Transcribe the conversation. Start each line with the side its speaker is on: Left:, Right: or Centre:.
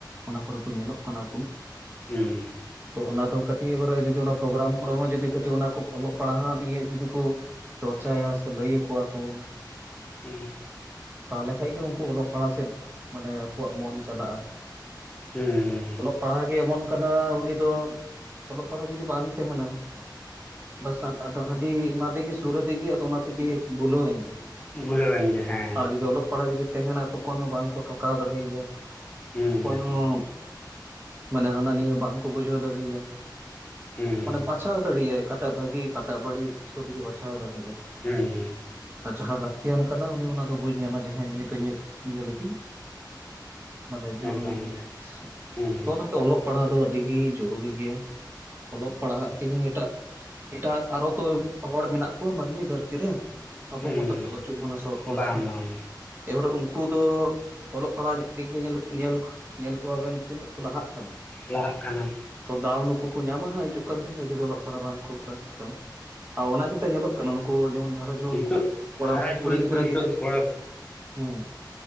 Right: <unintelligible> ᱠᱚ ᱧᱮᱞᱚᱜ ᱠᱟᱱᱟ ᱠᱩ,
Left: ᱦᱩᱸ
Right: <unintelligible> ᱚᱱᱟ ᱫᱚ ᱠᱟᱹᱴᱤᱜ ᱮᱵᱟᱨᱮ ᱡᱩᱫᱤ ᱚᱱᱟ ᱯᱨᱚᱜᱨᱟᱢ ᱠᱚᱨᱮ ᱦᱚᱸ ᱡᱩᱫᱤ ᱠᱟᱹᱴᱤᱜ ᱚᱱᱟ ᱠᱚ ᱚᱞᱚᱜ? ᱯᱟᱲᱦᱟᱜ ᱱᱤᱭᱟᱹ ᱡᱩᱫᱤᱜ ᱠᱚ ᱪᱚᱨᱪᱟᱭᱟ ᱥᱮ ᱞᱟᱹᱭᱟ ᱠᱚᱣᱟ ᱠᱚ <unintelligible>
Left: ᱦᱩᱸ
Right: ᱛᱟᱦᱞᱮ ᱠᱷᱟᱡᱽᱜᱮ ᱩᱱᱠᱩ ᱚᱞᱚᱜ ᱯᱟᱲᱦᱟᱜ ᱥᱮᱫ ᱢᱟᱱᱮ ᱟᱠᱚᱣᱟᱜ ᱢᱚᱱ ᱪᱟᱞᱟᱜᱼᱟ᱾
Left: ᱦᱩᱸ ᱩᱸ
Right: <unintelligible> ᱜᱮ ᱮᱢᱚᱱ ᱠᱟᱱᱟ ᱩᱱᱤ ᱫᱚ ᱚᱞᱚᱜ ᱯᱟᱲᱦᱟᱜ ᱡᱩᱫᱤ ᱵᱟᱝ ᱛᱟᱦᱮᱱᱟ? ᱵᱟᱥ ᱟᱫᱚ ᱦᱟᱺᱫᱤ ᱮᱢᱟ ᱫᱮᱜᱮ ᱚᱱᱟ ᱛᱮᱜᱮ ᱥᱩᱨᱟ ᱫᱮᱜᱮ ᱟᱫᱚ ᱚᱱᱟ ᱛᱮᱜᱮ ᱵᱩᱞᱟᱹᱣ ᱮᱱᱜᱮ
Left: ᱜᱩᱞᱟᱹᱣᱮᱱ ᱜᱮ ᱦᱮᱸ
Right: ᱛᱟᱦᱞᱮ ᱫᱚ ᱚᱞᱚᱜ ᱯᱟᱲᱦᱟᱣ ᱡᱩᱫᱤ ᱛᱟᱦᱮᱱᱟ ᱛᱚ ᱚᱠᱚᱭ ᱦᱚᱸ ᱵᱟᱝᱠᱚ ᱴᱷᱚᱠᱟᱣ ᱫᱟᱲᱮᱭᱟᱭᱟ᱾
Left: ᱦᱩᱸ
Right: ᱚᱠᱚᱭ ᱦᱚᱸ, ᱢᱟᱱᱮ ᱦᱟᱱᱟ ᱱᱷᱤᱭᱟᱹ ᱵᱟᱝᱠᱚ ᱵᱩᱡᱷᱟᱹᱣ ᱫᱟᱲᱤᱭᱟᱭᱟ ᱾
Left: <unintelligible>
Right: ᱢᱟᱱᱮ ᱵᱟᱪᱷᱟᱣ ᱫᱟᱲᱮ ᱭᱟᱜᱼᱟᱭ ᱚᱠᱟᱴᱟᱜ ᱵᱷᱟᱜᱤ ᱚᱠᱟᱴᱟᱜ ᱵᱟᱹᱲᱤᱡ ᱥᱚᱵᱽ ᱜᱮ ᱵᱟᱪᱷᱟᱣ ᱫᱟᱲᱮᱭᱟᱜᱼᱟᱭ
Left: ᱦᱩᱸ
Right: ᱡᱟᱦᱟᱸ ᱞᱟᱹᱠᱛᱤᱭᱟᱱ ᱠᱟᱱᱟ ᱩᱱᱤ ᱚᱱᱟ ᱫᱚ ᱵᱩᱡᱽ ᱧᱟᱢᱟᱭ ᱡᱮ ᱦᱮᱸ ᱱᱤᱭᱟᱹ ᱫᱚ ᱤᱧᱟᱹᱜ ᱤᱭᱟᱹ ᱞᱟᱹᱜᱤᱫ ᱢᱟᱱᱮ
Left: ᱮᱠᱫᱚᱢ
Right: ᱡᱚᱨᱩᱨᱤ
Left: ᱮᱠᱫᱚᱢ
Right: ᱜᱮᱭᱟ
Left: ᱦᱩᱸ
Right: ᱛᱚ ᱚᱱᱟ ᱛᱮ ᱚᱞᱚᱜ? ᱚᱞᱚᱜ ᱯᱟᱲᱦᱟᱣ ᱫᱚ ᱟᱹᱰᱤᱜᱮ ᱡᱚᱨᱩᱨᱤ ᱜᱮᱭᱟ ᱚᱞᱚᱜ ᱯᱟᱲᱦᱟᱜ ᱛᱮᱦᱮᱧ ᱮᱴᱟᱜᱼᱼ ᱮᱴᱟᱜ ᱟᱨ ᱛᱚ ᱦᱚᱲ ᱢᱮᱱᱟᱜ ᱠᱚᱣᱟ ᱢᱟᱹᱱᱢᱤ ᱫᱷᱟᱹᱨᱛᱤ ᱨᱮ ᱟᱵᱚ
Left: ᱦᱩᱸ
Right: ᱢᱚᱛᱚ ᱛᱚ ᱵᱟᱪᱩᱜ ᱵᱚᱱᱟ ᱥᱮ ᱦᱚᱲ
Left: ᱵᱟᱝ
Right: ᱥᱮ
Left: ᱵᱟᱝ
Right: ᱮᱵᱟᱨᱮ ᱩᱱᱠᱩ ᱫᱚ ᱚᱞᱚᱜ ᱯᱟᱲᱦᱟᱜ ᱫᱤᱠ ᱫᱤᱭᱮ ᱧᱮᱞ ᱧᱮᱞ ᱠᱚᱼᱼ ᱧᱮᱞ ᱠᱚᱣᱟᱵᱮᱱ ᱛᱤᱱᱟᱹᱜ ᱠᱚ ᱞᱟᱦᱟᱜ ᱠᱟᱱᱟ᱾
Left: ᱞᱟᱦᱟᱜ ᱠᱟᱱᱟ ᱾
Right: ᱛᱚ ᱫᱟᱣ ᱱᱩᱠᱩ ᱠᱚ ᱧᱟᱢᱟ ᱦᱟᱸᱜ ᱦᱤᱡᱩᱜ ᱠᱟᱱ ᱫᱤᱱ ᱨᱮ ᱡᱩᱫᱤ ᱚᱞᱚᱜ ᱯᱟᱲᱦᱟᱜ ᱵᱟᱝ ᱠᱚ ᱠᱚᱨᱟᱣᱟ᱾ ᱛᱚ ᱟ ᱚᱱᱟ ᱜᱮᱛᱚ ᱧᱮᱞᱚᱜ ᱠᱟᱱᱟ ᱱᱩᱠᱩ ᱡᱮᱢᱚᱱ ᱜᱷᱟᱨᱚᱼᱼ ᱡᱮᱢᱚᱱ
Left: ᱱᱤᱛᱚᱜ
Right: ᱩᱱᱠᱩ ᱠᱚᱲᱟ
Left: ᱦᱟᱨᱟ ᱡᱩᱣᱟᱹᱱ
Right: ᱠᱩᱲᱤ ᱜᱤᱫᱽᱨᱟᱹ
Left: ᱠᱚ ᱱᱤᱛᱚᱜ
Right: ᱜᱮ
Left: ᱠᱚᱲᱟ
Right: ᱦᱩᱸ